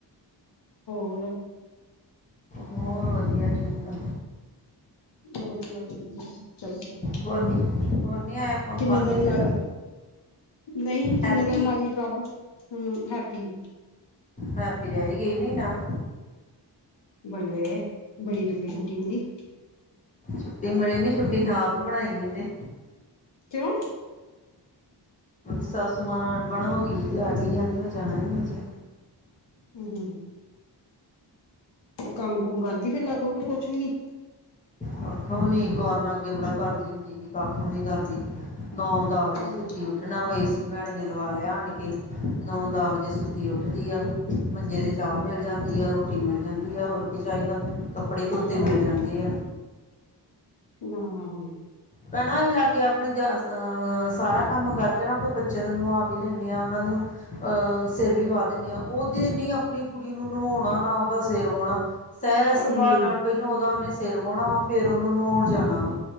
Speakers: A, on the left; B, on the left.
A: ਹੋਰ
B: ਹੋਰ ਵਧੀਆ ਠੀਕ ਆ
A: ਵਧੀਆ ਵਧੀਆ ਚਾਹੀਦਾ
B: ਹੋਰ ਨੀ ਹੋਰ ਨੀ ਆਇਆ ਫੋਨ
A: ਕਿੰਨੇ
B: ਫਾਨ
A: ਦਿਨ
B: ਕਿਸੇ
A: ਲੱਗ
B: ਦਾ
A: ਨਹੀਂ ਕਿੰਨੇ
B: ਹੈਪੀ
A: ਦਿਨ ਲੱਗ ਗਈ ਪ੍ਰਭ ਹਮ ਹੈਪੀ
B: ਹੈਪੀ ਰਹਿ ਹੀ ਗਈ ਮਹੀਨਾ
A: ਬੱਲੇ ਬੜੀ ਲੰਬੀ ਛੁਟੀ ਹੁੰਦੀ
B: ਛੁੱਟੀ ਮਿਲੀ ਨੀ ਛੁੱਟੀ ਆਪ ਹੀ ਬਣਾਈ ਇਹਨੇ
A: ਕਿਉਂ
B: ਸਸੂ ਨਾਲ ਅਣ ਬਣ ਹੋ ਗਈ ਕਹਿੰਦੀ ਅੱਜ ਨੀ ਜਾਂਦੀ ਮੈਂ ਜਾਣਾ ਹੀ ਨਈ ਅਜੇ
A: ਹੂੰ-ਹੂੰ। ਤੇ ਕੰਮ ਕੁਮ ਕਰਦੀ ਫੇਰ ਲਾਗ ਹੋ ਕੇ ਕੁਛ ਵੀ ਨੀ
B: ਕੱਖ ਵੀ ਨੀ ਕੋਨ ਅੱਗੇ ਬੜਾ ਕਰਦੀ ਹੁੰਦੀ ਸੀ ਕੱਖ ਵੀ ਨੀ ਕਰਦੀ ਨੌ ਦਸ ਵਜੇ
A: ਹੂੰ
B: ਸੁੱਤੀ ਉੱਠਣਾ ਵ ਏ ਭੈਣ ਨੇ ਲਵਾ ਲਿਆ ਆਣ ਕੇ ਨੌ ਦਸ ਵਜੇ ਸੁੱਤੀ ਉੱਠਦੀ ਆ ਮੰਜੇ ਤੇ ਚਾਹ ਮਿਲ ਜਾਂਦੀ ਆ ਰੋਟੀ ਮਿਲ ਜਾਂਦੀ ਆ ਹੋਰ ਕੀ ਚਾਹੀਦਾ ਕੱਪੜੇ ਧੋਤੇ
A: ਹਾਂ।
B: ਮਿਲ ਜਾਂਦੇ ਆ
A: ਹਾਂ
B: ਭੈਣਾ ਅਸੀਂ ਲਾਗੇ ਆਪਣੇ ਅਹ ਸਾਰਾ ਕੰਮ ਕਰਕੇ ਨਾ ਆਪਣੇ ਬੱਚਿਆਂ ਨੂੰ ਨਵਾ ਵੀ ਲੈਂਦੇ ਹਾਂ ਉਹਨਾਂ ਨੂੰ ਅਹ ਸਿਰ ਵੀ ਵਾਹ ਦਿੰਦੀ ਹਾਂ ਉਹ ਦਿਨ ਹੀ ਆਪਣੀ ਕੁੜੀ ਨੂੰ ਨਵਾਉਣਾ ਨਾ ਉਹਦਾ ਸਿਰ ਵੋਉਣਾ। ਇਹ ਸੁਭਾਅ
A: ਹੂੰ,
B: ਨਾਲ ਪਹਿਲੋਂ ਉਦ ਉਹਨੇ ਸਿਰ ਵਣਾ ਵਾ ਫੇਰ ਉਹਨੂੰ ਨਵਾਉਣ ਜਾਣਾ ਵਾ।